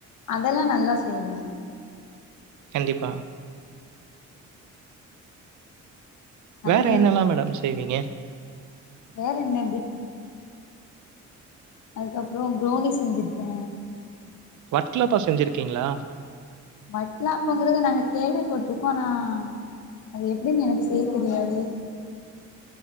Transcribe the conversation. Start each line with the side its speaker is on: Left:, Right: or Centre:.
Left: அதெல்லா நல்லா செய்வே
Right: கண்டிப்பா
Left: அதுல
Right: வேற என்னெல்லா மேடம் செய்வீங்க
Left: வேற என்ன அதுக்கப்புறோ ப்ரொனி செஞ்சிருக்கே
Right: வட்லப்பா செஞ்சிருக்கீங்களா
Left: வட்லாப்போங்கறத நாங்க கேள்விப்பட்டிருக்கோ அனா அது எப்படின்னு எனக்கு செய்ய தெரியாது